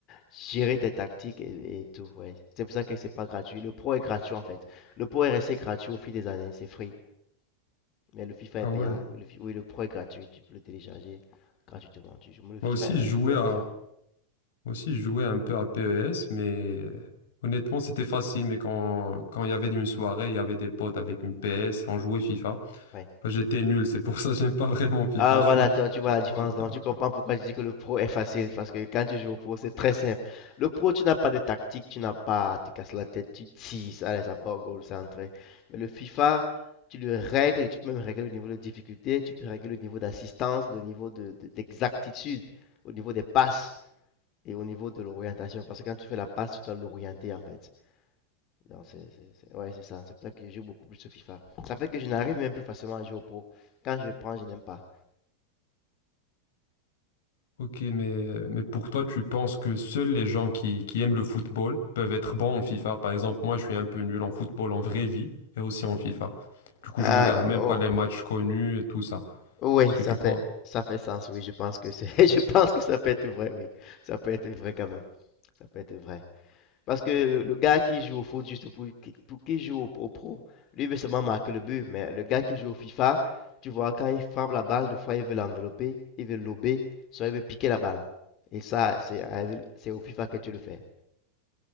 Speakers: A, on the left; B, on the left.
A: gérer tes tactiques et, et tout. Ouais. C'est pour ça que c'est pas gratuit. Le pro est gratuit en fait. Le pro est resté gratuit au fil des années, c'est free. Mais le FIFA
B: Ah
A: est payant.
B: ouais.
A: Le fi- oui, le Pro est gratuit. Tu peux le télécharger gratuitement. Tu joues. Mais le FIFA,
B: Moi aussi, je
A: le
B: jouais
A: FIFA
B: à,
A: est payant.
B: moi aussi, je jouais un peu à PES, mais euh, honnêtement, c'était facile. Mais quand, quand il y avait une soirée, il y avait des potes avec une PS et on jouait FIFA.
A: Ouais.
B: Enfin, j'étais nul, c'est pour ça que j'aime pas vraiment FIFA.
A: Ah,
B: Je suis
A: voilà,
B: nul
A: toi,
B: en
A: tu vois
B: football.
A: la différence. Donc, tu comprends pourquoi je dis que le Pro est facile. Parce que quand tu joues au Pro, c'est très simple. Le Pro, tu n'as pas de tactique. Tu n'as pas à te casser la tête. Tu tises. Allez, ça part au goal. C'est entré. Mais le FIFA, tu le règles. Tu peux même régler le niveau de difficulté. Tu peux régler le niveau d'assistance, le niveau de, de- d'exactitude, au niveau des passes et au niveau de l'orientation. Parce que quand tu fais la passe, tu dois l'orienter, en fait. non c'est, c'est- c'est- ouais, c'est ça. C'est pour ça que je joue beaucoup plus sur FIFA. Ça fait que je n'arrive même plus facilement à jouer au pro. Quand je le prends, je n'aime pas.
B: Ok, mais, mais pour toi, tu penses que seuls les gens qui, qui aiment le football peuvent être bons en FIFA? Par exemple, moi, je suis un peu nul en football en vraie vie et aussi en FIFA. Du coup,
A: Ah,
B: je regarde même
A: oh,
B: pas les matchs connus et tout ça.
A: oui,
B: Est-ce que
A: ça
B: tu penses?
A: fait, ça fait sens, oui. Je pense que c'est, <laughs> je pense que ça peut être vrai, oui. Ça peut être vrai quand même. Ça peut être vrai. Parce que le, le gars qui joue au foot juste pour, qui- pour qui joue au, au pro, lui il veut seulement marquer le but. Mais le gars qui joue au FIFA, tu vois, quand il frappe la balle, des fois il veut l'envelopper, il veut lober, soit il veut piquer la balle. Et ça, c'est, avec- c'est au FIFA que tu le fais.